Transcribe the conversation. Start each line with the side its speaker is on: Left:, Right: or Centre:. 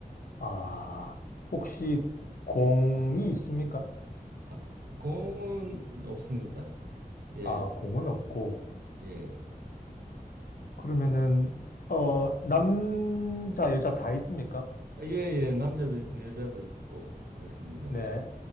Left: 아, 혹시 공이 있습니까?
Right: 아, 공은 없습니다. 예,
Left: 아, 공은 없고.
Right: 예.
Left: 그러면은, 어, 남자, 여자 다 있습니까?
Right: 아, 예, 예, 남자도 있고 여자도 있고 그렇습니다.
Left: 네.
Right: 예.